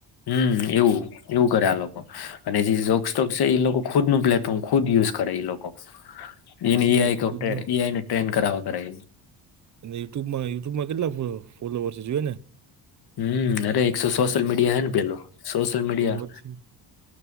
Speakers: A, on the left (about 65°); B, on the right (about 45°).
A: હમ્મ એવું એવું કરે આ લોકો અને જે જોક સોક છે એ લોકો ખુદ નું પ્લેટફોર્મ ખુદ યુઝ કરે એ લોકો એની
B: ને
A: એઆઈ
B: ખુદનો
A: ટ્રેન્ડ ઈઆઈ ને ટ્રેન કરાવવા કરે.
B: અને યુટ્યુબમાં યુટ્યુબમાં કેટલા ફોલોવર છે જોયું ને
A: હમ્મ અરે એકસો સોશલ મીડિયા હે ને પેલો સોશીયલ મીડિયા
B: તો પછી